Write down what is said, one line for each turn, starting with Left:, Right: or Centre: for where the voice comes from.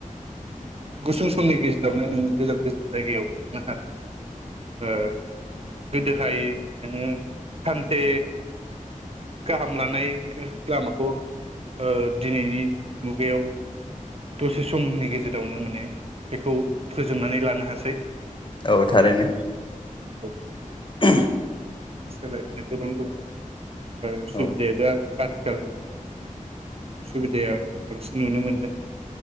Right: गुसुं समनि गेजेरावनो नों गोजान गोजान जायगायाव थांनो हासै। ओ गोदोहाय नोङो सानसे गाहाम <unintelligible> लामाखौ ओ दिनैनि मुगायाव दसे समनि गेजेरावनो माने बेखौ फोजोबनानै लानो हासै।
Left: औ थारैनो।
Right: औ
Left: <inaudible>
Right: सोलायनाया गोबां दङ'। ओ सु
Left: औ
Right: आथिखाल मुगायाव सुबिदाया बांसिन नुनो मोनदों।